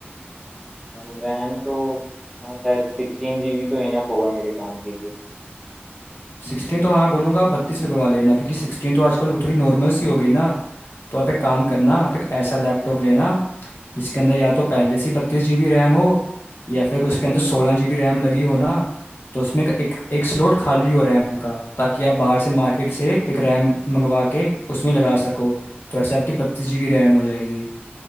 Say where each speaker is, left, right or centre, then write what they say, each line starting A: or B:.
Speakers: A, in the centre; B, on the left (about 65°).
A: और रैम तो हाँ शायद सिक्सटीन जीबी तो इनफ होगा मेरे काम के लिए
B: सिक्सटीन तो हाँ मैं बोलूँगा आप बत्तीस लगवा लेना क्योंकि सिक्सटीन तो आजकल वो थोड़ी नॉर्मल सी हो गई ना तो आप एक काम करना
A: हाँ
B: आप एक ऐसा लैपटॉप लेना जिसके अंदर या तो पहले से बत्तीस जी बी रैम हो या फिर उसके अंदर सोलह जी बी रैम लगी हो ना तो उसमें एक एक, एक स्लॉट खाली हो रैम का ताकि आप बाहर से मार्केट से एक रैम मंगवा के उसमें लगा सको तो ऐसे आपकी बत्तीस जी बी रैम हो जाएगी